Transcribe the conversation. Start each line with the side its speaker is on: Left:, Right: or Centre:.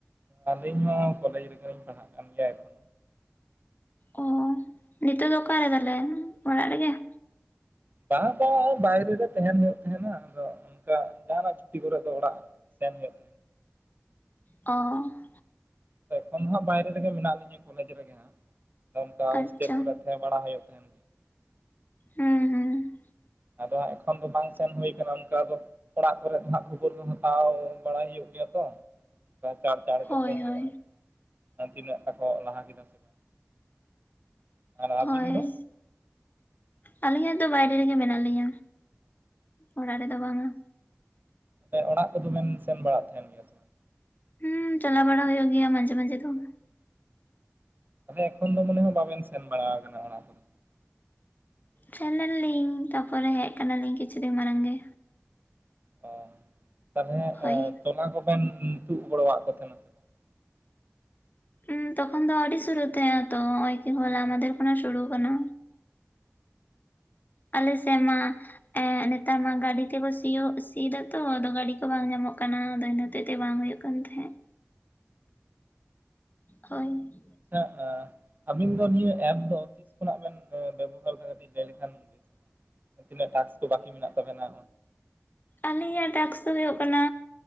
Right: ᱟᱹᱞᱤᱧ ᱦᱚᱸ ᱠᱚᱞᱮᱮᱡ ᱨᱮᱜᱮ ᱞᱤᱧ ᱯᱟᱲᱦᱟᱜ ᱠᱟᱱ ᱜᱮᱭᱟ ᱮᱠᱷᱚᱱ᱾
Left: ᱚ ᱱᱤᱛᱚᱜ ᱫᱚ ᱚᱠᱟᱨᱮ ᱛᱟᱞᱦᱮ ᱚᱲᱟᱜ ᱨᱮᱜᱮᱴ?
Right: ᱵᱟᱝ ᱵᱟ ᱵᱟᱭᱨᱮ ᱨᱮ ᱛᱟᱦᱮᱱ ᱦᱩᱭᱩᱜ ᱛᱟᱦᱮᱱᱟ ᱟᱫᱚ ᱚᱱᱠᱟ ᱡᱟᱦᱱᱟᱜ ᱪᱷᱩᱴᱤ ᱠᱚᱨᱮ ᱫᱚ ᱚᱲᱟᱜ ᱥᱮᱱ ᱦᱩᱭᱩᱜ᱾ ᱛᱟᱦᱮᱱ
Left: ᱚᱸ᱾
Right: ᱮᱠᱷᱚᱱ ᱫᱚ ᱦᱟᱸᱜ ᱵᱟᱭᱨᱮ ᱨᱮᱜᱮ ᱢᱮᱱᱟᱜ ᱞᱤᱧᱟᱹ ᱠᱚᱞᱮᱡᱽ ᱨᱮᱜᱮ ᱦᱟᱸᱜ᱾ ᱟᱫᱚ ᱚᱱᱠᱟ
Left: ᱟᱪᱪᱷᱟ
Right: ᱦᱳᱥᱴᱮᱞ ᱠᱚᱨᱮᱜ ᱛᱟᱦᱮᱸ ᱵᱟᱲᱟ ᱦᱩᱭᱩᱜ ᱛᱟᱦᱮᱱ᱾
Left: ᱦᱩᱸ ᱦᱩᱸᱺ
Right: ᱟᱫᱚ ᱦᱟᱸᱜ ᱮᱠᱷᱚᱱ ᱫᱚ ᱵᱟᱝ ᱥᱮᱱ ᱦᱩᱭᱩ ᱠᱟᱱᱟ ᱚᱱᱠᱟ ᱫᱚ᱾ ᱚᱲᱟᱜ ᱠᱚᱨᱮ ᱫᱚ ᱦᱟᱸᱜ ᱠᱷᱚᱵᱚᱨ ᱫᱚ ᱦᱟᱛᱟᱣ ᱵᱟᱲᱟᱭ ᱦᱩᱭᱩᱜ ᱜᱮᱭᱟ ᱛᱚ᱾ ᱪᱟᱲ ᱪᱟᱲ
Left: ᱦᱳᱭ
Right: ᱜᱮ ᱯᱷᱳᱱ ᱦᱩᱭᱩᱜᱼᱟ
Left: ᱦᱳᱭ
Right: ᱛᱤᱱᱟᱹᱜ ᱴᱟᱠᱚ ᱞᱟᱦᱟ ᱠᱮᱫᱟ ᱥᱮ ᱵᱟᱝ? ᱟᱨ
Left: ᱦᱳᱭ,
Right: ᱟᱹᱵᱤᱱ ᱫᱚ
Left: ᱟᱹᱞᱤᱧ ᱦᱚᱸᱛᱚ ᱵᱟᱭᱨᱮ ᱨᱮᱜᱮ ᱢᱮᱱᱟᱜ ᱞᱤᱧᱟ ᱚᱲᱟᱜ ᱨᱮᱫᱚ ᱵᱟᱝᱟ᱾
Right: ᱛᱟᱦᱞᱮ ᱚᱲᱟᱜ ᱠᱚᱫᱚ ᱵᱮᱱ ᱥᱮᱱ ᱵᱟᱲᱟᱜ ᱛᱟᱦᱮᱱ ᱜᱮᱭᱟ ᱥᱮ ᱵᱟᱝ?
Left: ᱦᱩᱸ ᱪᱟᱞᱟ ᱵᱟᱲᱟ ᱦᱩᱭᱚᱜ ᱜᱮᱭᱟ ᱢᱟᱡᱷᱮ ᱢᱟᱡᱷᱮ ᱫᱚ ᱾
Right: ᱛᱟᱦᱚᱞᱮ ᱮᱠᱷᱚᱱ ᱫᱚ ᱢᱟᱱᱮ ᱦᱟᱸ ᱵᱟᱵᱮᱱ ᱥᱮᱱ ᱵᱟᱲᱟ ᱟᱠᱟᱱᱟ ᱚᱲᱟᱜ ᱠᱚᱫᱚ᱾
Left: ᱥᱮᱱ ᱞᱮᱱᱟ ᱞᱤᱧ ᱛᱟᱯᱚᱨᱮ ᱦᱮᱡ ᱠᱟᱱᱟ ᱞᱤᱧ ᱠᱤᱪᱷᱩ ᱫᱤᱱ ᱢᱟᱲᱟᱝ ᱜᱮ᱾
Right: ᱚ ᱛᱟᱦᱞᱮ
Left: ᱦᱳᱭ,
Right: ᱛᱚᱞᱟ ᱠᱚᱵᱮᱱ ᱛᱩᱫ ᱜᱚᱲᱚᱣᱟᱣᱟ-ᱜ ᱠᱚ ᱛᱟᱦᱮᱱᱟ? ᱵᱟᱝ
Left: ᱩᱸ ᱛᱚᱠᱷᱚᱱ ᱫᱚ ᱟᱣᱨᱤ ᱥᱩᱨᱩᱜ ᱛᱟᱦᱮᱸᱱᱟ ᱛᱚ ᱦᱚᱸ ᱚᱭ ᱦᱚᱞᱟ ᱢᱟᱫᱷᱮᱨ ᱠᱷᱚᱱᱟᱜ ᱥᱩᱨᱩ ᱟᱠᱟᱱᱟ᱾ ᱟᱞᱮ ᱥᱮᱜ ᱢᱟ ᱮᱸ ᱱᱮᱛᱟᱨ ᱢᱟ ᱜᱟᱹᱰᱤ ᱛᱮᱵᱚ ᱥᱤᱭᱚᱜ ᱥᱤ ᱫᱟᱛᱚ ᱟᱫᱚ ᱜᱟᱹᱰᱤ ᱠᱚ ᱵᱟᱝ ᱧᱟᱢᱚᱜ ᱠᱟᱱᱟ ᱟᱫᱚ ᱤᱱᱟᱹ ᱦᱚᱛᱮᱡ ᱛᱮ ᱵᱟᱝ ᱦᱩᱭᱩ-ᱜ ᱠᱟᱱᱟ᱾ ᱠᱟᱱ ᱛᱟᱦᱮᱸᱫ᱾ ᱦᱳᱭ,
Right: ᱟᱪᱪᱷᱟ, ᱟᱵᱤᱱ ᱫᱚ ᱱᱤᱭᱟᱹ ᱮᱯ ᱫᱚ ᱛᱤᱥ ᱠᱷᱚᱱᱟᱜ ᱵᱮᱱ ᱵᱮᱵᱚᱦᱟᱨ ᱠᱟᱹᱴᱤ ᱞᱟᱹᱭ ᱞᱮᱠᱷᱟᱱ ᱵᱮᱥ ᱛᱤᱱᱟᱹᱜ ᱴᱟᱠᱥ ᱠᱚ ᱵᱟᱠᱤ ᱢᱮᱱᱟᱜ ᱛᱟᱵᱮᱱᱟ?
Left: ᱟᱞᱤᱧᱟᱜ ᱴᱟᱠᱥ ᱫᱚ ᱦᱩᱭᱩᱜ ᱠᱟᱱᱟ,